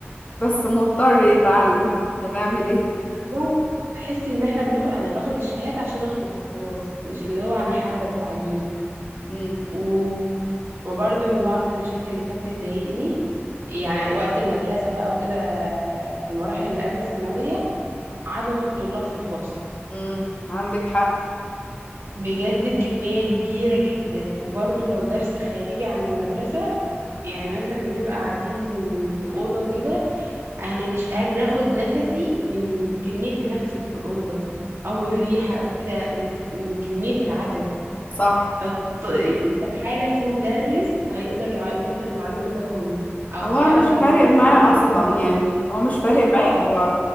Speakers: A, on the left (about 35°); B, on the right (about 80°).
A: بس مضطر يتعلم هنعمل ايه
B: بالظبط بحس ان احنا بناخد انا باخد الشهاده عشان اخلص وخلاص مش اللي هو انا حابه التعليم
A: امم
B: و- وبرضه من بعض المشاكل اللي كانت بتضايقني يعني وقت المدرسه بقى وكده في المراحل اللي قبل الثانويه عدد الطلاب في الفصل
A: امم عندك حق
B: بجد كميه كبيره جدا وبرضه لو درس خارجي عن المدرسه يعني مثلا بنبقى قاعدين في اوضه وكده انا مش قادره اخد نفسي من كميه النفس اللي في الاوضه او الريحه او كده من ك... من كميه العدد
A: صح
B: فاستحاله في مدرس هيقدر يع- يوصل المعلومه ده كله او
A: هو
B: هيقدر
A: مش فارق
B: يسمع
A: معاه
B: المشاكل
A: اصلا
B: ده كله
A: يعني هو مش فارق
B: بالظبط
A: معاه هو